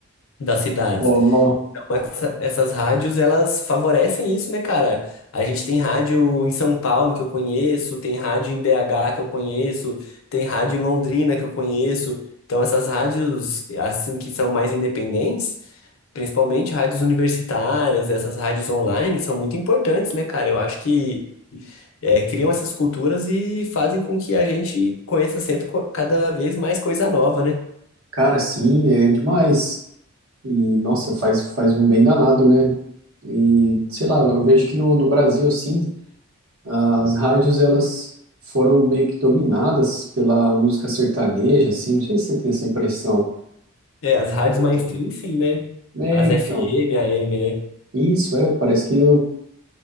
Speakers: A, on the left; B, on the right.
A: das cidades.
B: Ó, ó,
A: Essa- essas rádios, elas favorecem isso, né, cara? A gente tem rádio em São Paulo que eu conheço, tem rádio em BH que eu conheço, tem rádio em Londrina que eu conheço. Então, essas rádios, assim, que são mais independentes, principalmente rádios universitárias, essas rádios online, são muito importantes, né, cara? Eu acho que é, criam essas culturas e fazem com que a gente conheça sempre co- cada vez mais coisa nova, né?
B: cara, sim, é demais. E, nossa, faz, faz um bem danado, né? E, sei lá, eu vejo que no, no Brasil, assim, as rádios, elas foram meio que dominadas pela música sertaneja, assim, não sei se você tem essa impressão.
A: É, as rádios
B: Quanto-
A: mainstream, sim, né?
B: É,
A: As
B: então,
A: FM, AM, né?
B: isso, é, parece que é,